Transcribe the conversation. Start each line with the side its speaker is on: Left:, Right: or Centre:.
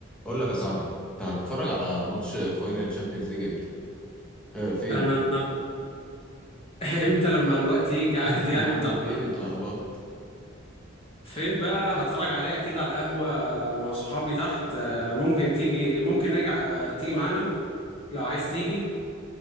Centre: اقول لك يا صاحبي انت هتتفرج على ماتش فاينل تشامبيونز ليج امتى اه فين
Left: انا <laughs> امتى لما الوقت يجي عادي
Centre: <laughs> يا
Left: يعني
Centre: عم
Left: بتاع القط.
Centre: فين اتلخبطت
Left: فين بقى هتفرج عليه اكيد على القهوة مع صحابي تحت آه، ممكن تيجي ممكن اجي ع- تيجي معانا لو عايز تيجي